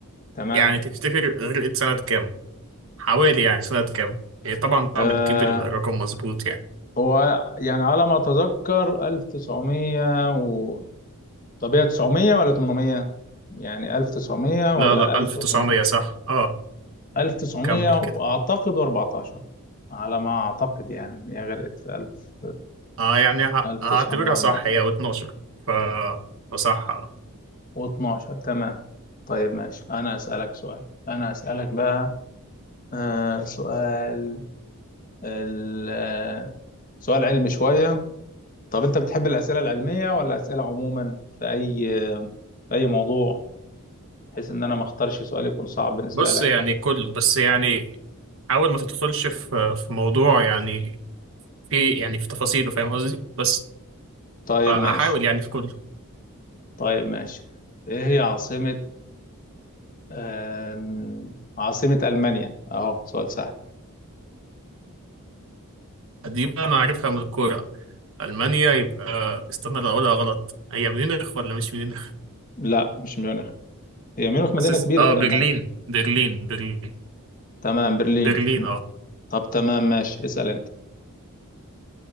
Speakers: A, on the left; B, on the right.
A: تمام
B: يعني تفتكر غرقت سنة كام حوالي يعني سنة كام هي طبعا
A: آه
B: صعب تجيب الرقم مظبوط يعني
A: هو يعني على ما اتذكر 1900 و طب هي 900 ولا 800 يعني 1900
B: لا
A: ولا
B: لا
A: 1800
B: 1900 صح اه
A: 1900
B: كمل كده
A: واعتقد 14 على ما اعتقد يعني هي غرقت في 1000
B: اه يعني ه-
A: 1914
B: هعتبرها صح هي و12 ف فصح آه.
A: و12 تمام طيب ماشي انا اسالك سؤال انا اسالك بقى آه سؤال ال- سؤال علمي شوية طب أنت بتحب الأسئلة العلمية ولا أسئلة عموما في أي في أي موضوع بحيث إن أنا ما أختارش سؤال يكون صعب بالنسبة
B: بص
A: لك
B: يعني كله بس يعني حاول ما تدخلش في في موضوع يعني في يعني في تفاصيله فاهم قصدي بس
A: طيب
B: فهحاول
A: ماشي
B: يعني في كله
A: طيب ماشي إيه هي عاصمة آم، عاصمة ألمانيا أهو سؤال سهل
B: دي بقى انا عارفها من الكوره المانيا يبقى استنى لو اقولها غلط هي ميونخ ولا مش ميونخ
A: لا مش ميونخ هي ميونخ مدينة
B: حاسس
A: كبيرة
B: اه
A: في
B: برلين
A: ألمانيا
B: برلين برلين
A: تمام برلين
B: برلين
A: م.
B: اه
A: طب تمام ماشي اسأل أنت